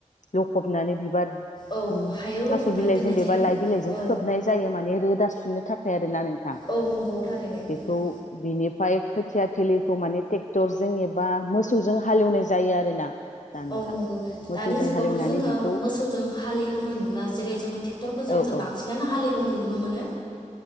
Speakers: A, on the left; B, on the left.
A: लखबनानै बिबार उ
B: औ हायाव लखबनानै
A: थास' बिलाइजों
B: दोननाय
A: बेबा
B: जायो
A: लाइ बिलाइजों
B: औ
A: खोबनाय जायो माने रोदा सुनो थाखाय आरोना नोंथां
B: औ नंगौ थारैनो
A: बेखौ
B: नोंथां
A: बिनिफ्राय खोथिया थोलिखौ माने ट्रेक्टरजों एबा मोसौजों हालेवनाय जायो आरोना दा नोंथां
B: औ नंगौ
A: मोसौजों
B: दानि जुगावथ'
A: हालेवनानै
B: जोङो
A: बेखौ
B: मोसौजों हालेवनाय नुला जेर जोट्रेक्टरखौ जोंसो
A: औ औ
B: बांसिनानो हालि फालि हेवनाय नुनो मोनो